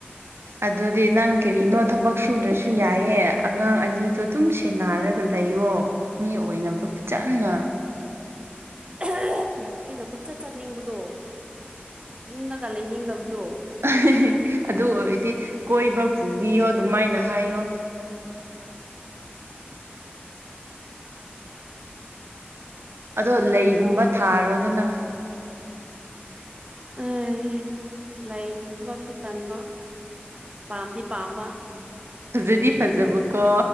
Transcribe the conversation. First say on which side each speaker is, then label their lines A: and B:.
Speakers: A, on the right; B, on the right.
A: ꯑꯗꯨꯗꯤ ꯅꯪ ꯀꯔꯤꯅꯣ ꯊꯕꯛ ꯁꯨꯗ꯭ꯔꯁꯨ ꯌꯥꯏꯌꯦ ꯑꯉꯥꯡ ꯑꯅꯤꯗꯨ ꯇꯨꯝ ꯁꯦꯟꯅꯔꯒ ꯂꯩꯌꯣ ꯃꯤ ꯑꯣꯏꯅꯕ ꯐꯖꯅ
B: <unintelligible> ꯑꯩꯅ ꯀꯣꯏꯆꯠ ꯆꯠꯅꯤꯡꯕꯗꯣ ꯌꯨꯝꯗꯒ ꯂꯩꯅꯤꯡꯗꯕꯗꯣ꯫
A: <unintelligible> ꯑꯗꯨ ꯑꯣꯏꯔꯗꯤ ꯀꯣꯏꯕ ꯄꯨꯕꯤꯌꯣ ꯑꯗꯨꯃꯥꯏꯅ ꯍꯥꯏꯌꯣ꯫ <inaudible> ꯑꯗꯣ ꯂꯩꯒꯨꯝꯕ
B: ꯌꯨꯝꯗ
A: ꯊꯥꯔꯣꯗꯅ꯫
B: <unintelligible> ꯂꯩꯒꯤ ꯊꯕꯛꯁꯨ ꯇꯟꯕ ꯄꯥꯝꯗꯤ ꯄꯥꯝꯕ꯫
A: ꯐꯖꯗꯤ ꯐꯖꯕꯀꯣ